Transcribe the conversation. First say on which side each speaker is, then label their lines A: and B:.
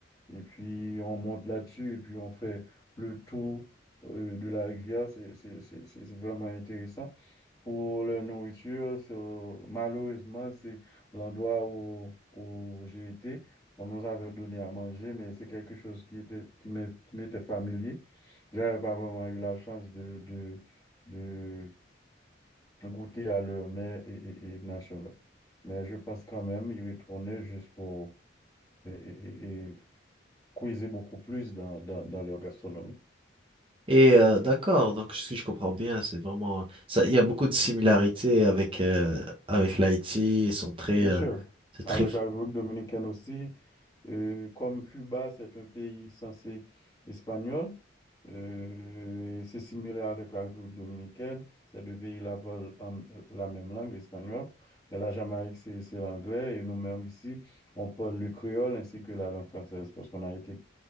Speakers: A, on the left; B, on the right.
A: Et puis, on monte là-dessus. Et puis, on fait le tour euh, de la rivière. C'est c'est- c'est- c'est- c'est vraiment intéressant. Pour la nourriture, c'est- malheureusement, c'est l'endroit où, où j'ai été. On nous avait donné à manger, mais c'est quelque chose qui était, qui m'est- qui m'était familier. J'avais pas vraiment eu la chance de, de, de goûter à leur mets et, et, et nationaux. Mais je pense quand même y retourner juste pour et, et, et puiser beaucoup plus dans, dans, dans leur gastronomie.
B: Et euh, d'accord, donc si je comprends bien, c'est vraiment ça. Il y a beaucoup de similarités avec euh, avec l'Haïti. Ils sont très,
A: Bien
B: euh,
A: sûr,
B: c'est très.
A: avec la République dominicaine aussi. Euh, comme Cuba, c'est un pays censé espagnol, euh, c'est similaire avec la République dominicaine. Ces deux pays-là parlent euh, la même langue, l'espagnol. Mais la Jamaïque, c'est c'est l'anglais. Et nous-mêmes ici, on parle le créole ainsi que la langue française parce qu'on a été